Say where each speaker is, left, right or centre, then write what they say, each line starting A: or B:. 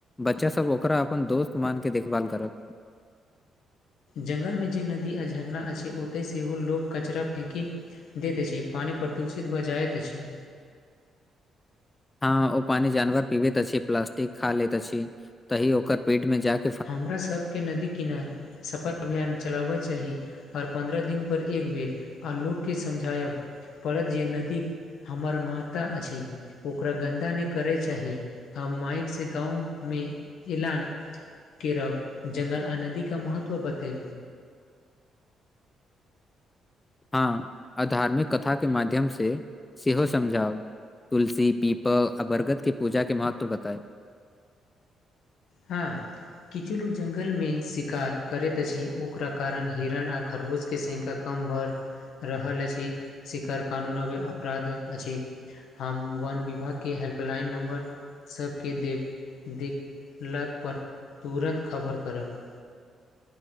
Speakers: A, on the left (about 20°); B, on the left (about 75°).
A: बच्चा सब ओकरा अपन दोस्त मान के देखभाल करत
B: जंगल मे जे नदी आ झरना छै ओतय सेहो लोभ कचरा फेंकि द दै छी पानि प्रदूषित भऽ जाइत अछि
A: हँ ओ पानी जानवर पीबैत अछि प्लास्टिक खा लैत अछि तहि ओकर पेट में जाक
B: हमरा सबके नदी किनार सफाइ अभियान चलाबय चाही हर पन्द्रह दिन पर एक बेर आ लोकके समझायब पड़त जे नदी हमर माता अछि ओकरा गन्दा नहि करय चाहि हम माइक से गाँवमे ऐलान केरब जंगल आ नदीके महत्व बतबै
A: हँ आ धार्मिक कथा के माध्यम से सेहो समझाउ तुलसी पीपल आ बरगद के पूजा के महत्व बताए
B: हँ किछु लोक जङ्गलमे शिकार करैत अछि ओकरा कारण हिरण आ खरगोशके संख्या कम भऽ रहल अछि शिखर कानूनोमे अपराध अछि हम वन विभागके हेल्पलाइन नम्बर सबके देब दे लग परर तुरन्त खबर करब